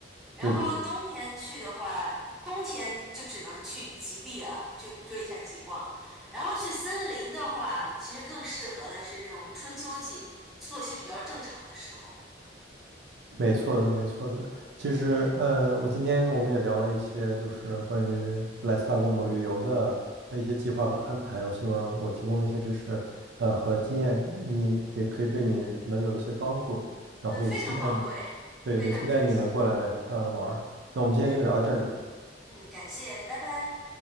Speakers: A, in the centre; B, on the right.
A: 然后冬天去的话，
B: 对对
A: 冬天就只能去极地了，去追一下极光。然后去森林的话，其实更适合的是这种春秋季，作息比较正常的时候。
B: 没错的，没错的。其实，
A: 嗯。
B: 呃，我今天我们也聊了一些，就是关于来斯大格摩旅游的呃一些计划和安排。我希望我提供的一些知识，呃，和经验，你也可以对你能有一些帮助。然后也期待你，
A: 嗯，非常宝贵，
B: 对，
A: 非常感谢。
B: 也期待你能过来，呃，玩儿。那我们今天就聊到这里。
A: 嗯嗯，感谢，拜拜。